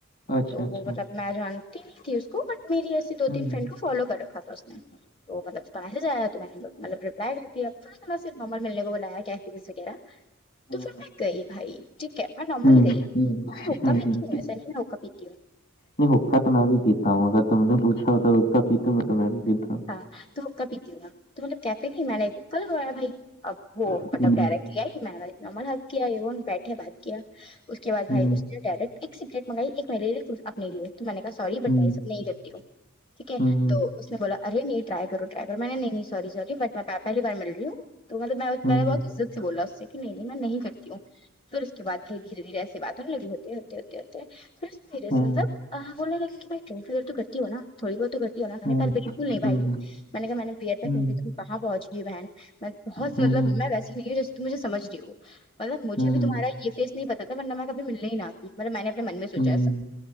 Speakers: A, on the left; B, on the left.
A: اچھا
B: تو
A: اچھا
B: وہ مطلب میں جانتی نہیں تھی اس کو بٹ میری ایسی دو
A: ہوں
B: تین فرینڈ کو فالو کر رکھا تھا اس نے تو مطلب پہے جایا تو میں مطلب ریپلائی کرتی اب تھ تو میں ص نارمل ملنے کو بلایا کیا فیس وغیرہ
A: ہ
B: تو
A: ہوں
B: پھر میں گئی بھائی ٹھیک ہے میں نارمل
A: ہوں
B: گئی
A: ہوں
B: نکا پیتی
A: ہوں
B: ہو سری نکا پیتی ہو
A: نہیں حکا تو میں بھی پیتا ہوں اگر تم نے پوھا ہو تو ہو حکا پیتاوں میں تو میں بھی پیتا ہوں
B: ہاں تو ک پیتی ہوا تو مطلب کیفے گ م نےج کل گا بھائی اب ہو
A: ہوں
B: مطلب ڈائریکٹلی ہے میںج ن م کیا یہ وہ بیٹھے بات کیا اس کے بعد
A: ہوں
B: بھائی ڈائریکٹ ایک سیکریٹ منگائی ایک مل اپنے لیے تو میں نے کہا سوری
A: ہوں
B: بٹ بائی سب نہیں کرتی ہو ٹھیک ہے
A: ہوں ہوں
B: تو اس نے بولا ار نہیں رائی کر رائی کرو میں نے نہیں نہیں سوری سوری بٹ میں پہلی بار مل رہی ہوں تو ملب میں
A: ہوں
B: میں نے بہت
A: ہوں
B: عت بولا اس سے کہ نہیں نہیں میں نہیں کرتی ہوں پھر اس کے بع بھائی دھیرے دھیرے ایسےاتوں لگے ہوتے ہوتے ہوتے ہوتے پھر اس دھیرے
A: ہوں
B: سے مطلب بولے لے کہ بائیٹ فر تو کرتی ہو ن تھوڑی بہت تو کرتی ہو ن
A: ہوں
B: میں بی نہیں بھائی
A: ہوں
B: میں نے کہا میں نے بیر تک
A: ہوں
B: نہیں
A: ہوں
B: کہاں پہنچ گئی بہن میں بہت
A: ہوں
B: ملب میں ویسی نہیں ہ جسے تمجھے سج نہیں ہو مطلب مجے
A: ہوں
B: بھی تمہارا یہ فیس نہیں پتا تھا ورنہ میں کبھی ملنے نہیں آتی ملب میں نےنے من میں سوچا
A: ہوں ہوں
B: سا